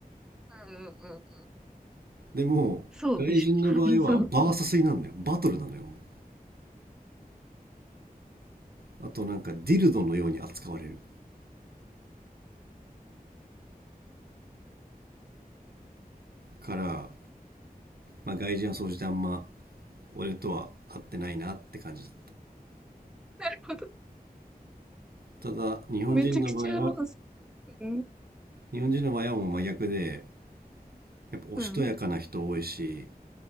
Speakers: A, in the centre; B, on the right (about 80°).
A: ん
B: でも外人の場合はバーサスになるのよバトルなのよも
A: そうでしょ。<laughs> そう。
B: うあとなんかディルドのように扱われるから、まあ、外人は総じてあんま俺とは合ってないなって感じだ
A: なるほど。
B: ただ日本人の場合は
A: めちゃくちゃあの、うん、
B: 日本人の場合はもう真逆でやっぱおしとやかな人多いし
A: うん、